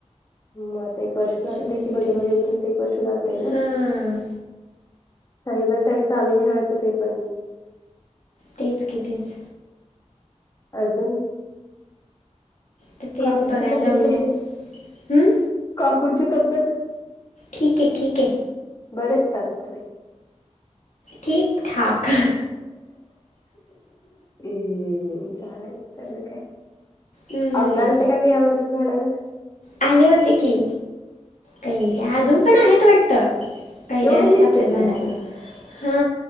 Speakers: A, on the left; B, on the left.
A: हूं म आता एक वर्ष लागतय
B: चोवीस
A: की बघन
B: तेवीस
A: <unintelligible> ते एक वर्ष जातय ना
B: हां
A: साईड बाय साईड चालू ठेवायचं ते पण
B: तेच की तेच
A: अजून,
B: तर तेच
A: काकूची
B: बघायला
A: तब्येत
B: लागलो
A: कशी ये?
B: हम्म,
A: काकुंची तब्येत
B: ठीकये ठीकये.
A: बरेयेत का आता तरी
B: ठीक ठाक
A: हम्म चालायचं तेवढं काय,
B: हम्म,
A: आंब्ये आलते काय ग या वर्ष झाडाला
B: आले होते की, कैऱ्या अजून पण आहेत वाटत. कैऱ्या
A: एवढं
B: आहेत
A: लीट
B: आपल्या
A: कुठलं
B: झाडाला
A: असते
B: हा